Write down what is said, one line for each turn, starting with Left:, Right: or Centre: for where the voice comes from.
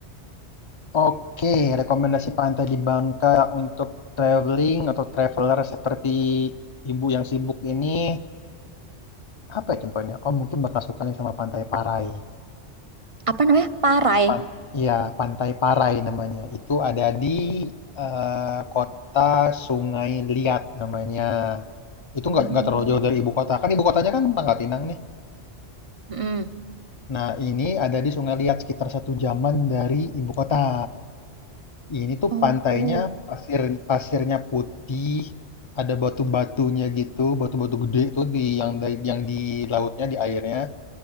Left: Oke, rekomendasi pantai di Bangka untuk traveling atau traveler seperti ibu yang sibuk ini, apa ya contohnya? Oh, mungkin bakal suka nih sama Pantai Parai.
Right: Apa namanya? Parai.
Left: Pan ya, Pantai Parai namanya. Itu ada di eh, kota Sungai Liat namanya. Itu
Right: Hmm.
Left: nggak nggak terlalu jauh dari ibu kota. Kan ibu kotanya kan Pangkal Pinang nih.
Right: Mm-mm.
Left: Nah, ini ada di Sungai Liat sekitar satu jaman dari ibu kota. Ini tuh
Right: Oh,
Left: pantainya
Right: oh.
Left: pasir pasirnya putih, ada batu-batunya gitu, batu-batu gede tuh di yang di- yang di lautnya, di airnya.